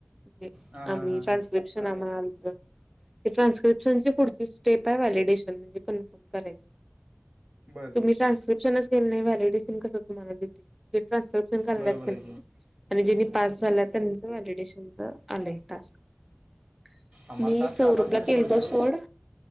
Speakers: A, in the centre; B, on the right (about 30°).
A: ते
B: हां हां
A: आम्ही
B: हां
A: ट्रान्स्क्रिप्शन
B: हां
A: आम्हाला आलत ट्रान्स्क्रिप्शन ची पुढची स्टेप आहे व्हॅलिडेशन म्हणजे कन्फर्म करायचं.
B: बरं
A: तुम्ही ट्रान्स्क्रिप्शनच केलं नाही व्हॅलीडेशन कसं तुम्हांला देतील? ट्रान्सक्रिप्सन कराल्यात
B: बरोबर
A: की
B: आहे
A: नाही, आणि ज्यनी पास झाल्यात त्याना च व्हॅलीडेशनच आलंय टास्क
B: आम्हाला
A: मी
B: टास्क
A: सौरभला
B: आलाच नाही
A: केलतो
B: सोडतो
A: सोड